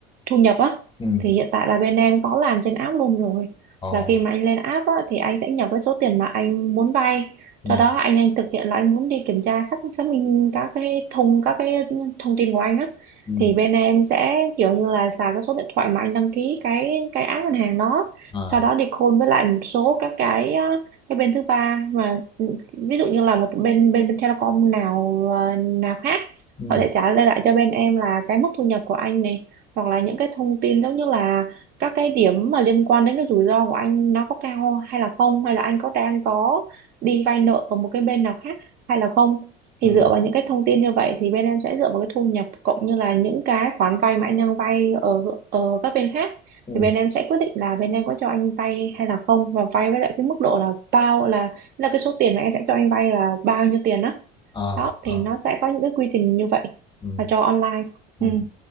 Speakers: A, on the right; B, on the left.
A: thu nhập á
B: ừm,
A: thì hiện tại là bên em có làm trên app luôn rồi
B: ờ,
A: là khi mà anh lên app á thì anh sẽ nhập cái số tiền mà anh muốn vay
B: ừm,
A: sau đó anh anh thực hiện là anh muốn đi kiểm tra xác xác minh các cái thùng các cái thông tin của anh á
B: ừm,
A: thì bên em sẽ kiểu như là xài cái số điện thoại mà anh đăng ký cái cái app ngân hàng đó
B: à,
A: sau đó đi call với lại một số các cái ờ, cái bên thứ ba mà ừ, ví dụ như là một bên bên bên Telecom nào ờ, nào khác
B: ừm,
A: họ sẽ trả lời lại cho bên em là cái mức thu nhập của anh này hoặc là những cái thông tin giống như là các cái điểm mà liên quan đến cái rủi ro của anh nó có cao hay là không hay là anh có đang có đi vay nợ ở một cái bên nào khác hay là không thì
B: ừm,
A: dựa vào những cái thông tin như vậy thì bên em sẽ dựa vào cái thu nhập cộng như là những cái khoản vay mà anh đang vay ở ở các bên khác
B: ừm.
A: thì bên em sẽ quyết định là bên em có cho anh vay hay là không và vay với lại cái mức độ là bao là là cái số tiền mà em sẽ cho anh vay là bao nhiêu tiền đó
B: À,
A: đó thì
B: à,
A: nó sẽ có những cái quy trình như vậy
B: ừm,
A: và cho online
B: ừm
A: ừ.